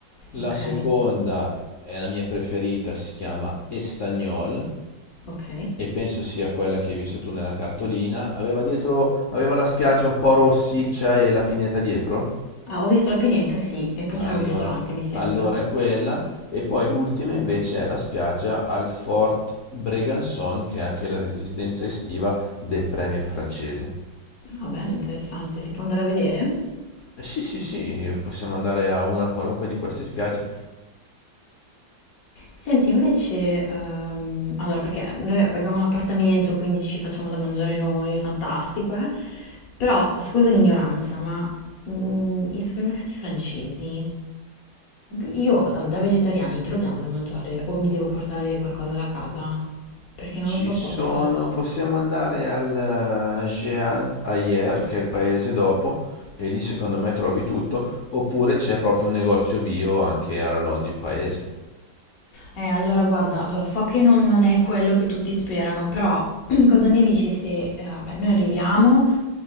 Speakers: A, on the left; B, on the left.
A: La
B: Ok,
A: seconda è la mia preferita, si chiama Estagnol
B: ok.
A: e penso sia quella che hai visto tu nella cartolina. Aveva dietro, aveva la spiaggia un po' rossiccia e la pineta dietro?
B: Ah, ho visto la pineta, sì, e poi
A: Allora,
B: c'era un ristorante, mi sembra.
A: allora è quella. E poi l'ultima invece è la spiaggia al Fort Bregançon, che è anche la resistenza estiva del premier francese.
B: Ah, bello, interessante, si può andare a vedere?
A: Eh, Sì, sì, sì, possiamo andare a una qualunque di queste spiagge.
B: Senti, invece, ehm, allora perché noi abbiamo un appartamento, quindi ci facciamo da mangiare noi, fantastico, eh? Però, scusa l'ignoranza, ma mm, i supermercati francesi, io eh, da vegetariani troviamo da mangiare o mi devo portare qualcosa da casa? Perché
A: Ci
B: non lo so
A: sono,
B: proprio.
A: possiamo andare al eh, Jean Ayer, che è il paese dopo, e lì secondo me trovi tutto, oppure c'è proprio un negozio bio anche alla London Paese.
B: Eh, allora guarda, allora, so che non, non è quello che tutti sperano, però <clears throat> cosa ne dici se eh, vabbè, noi arriviamo,